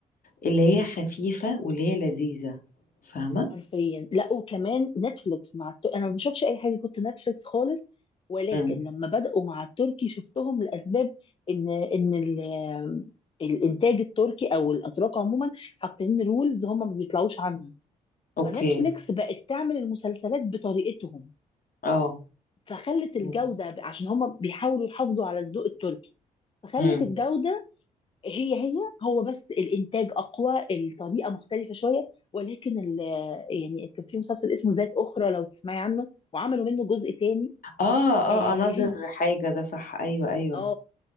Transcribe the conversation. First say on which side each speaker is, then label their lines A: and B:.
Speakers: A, on the left; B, on the left.
A: اللي هي خفيفة واللي هي لذيذة، فاهمة؟
B: حرفيا لا وكمان نتفليكس مع التر... انا ما بشوفش اي حاجه كنت نتفليكس خالص ولكن
A: إمم،
B: لما بدأوا مع التركي شفتهم لاسباب ان ان ال... الانتاج التركي او الاتراك عموما حاطين رولز هم ما بيطلعوش عنها
A: أوكي،
B: فنتفليكس بقت تعمل المسلسلات بطريقتهم
A: آه،
B: فخلت الجوده
A: إمم،
B: عشان هم بيحاولوا يحافظوا على الذوق التركي فخلت
A: إمم،
B: الجوده هي هي هو بس الانتاج اقوى الطريقه مختلفه شويه ولكن ال- يعني كان في مسلسل اسمه ذات اخرى لو تسمعي عنه وعملوا منه جزء تاني
A: آه،
B: آه
A: آه، ناظر
B: حلو
A: حاجة ده صح، أيوه، أيوه.
B: اه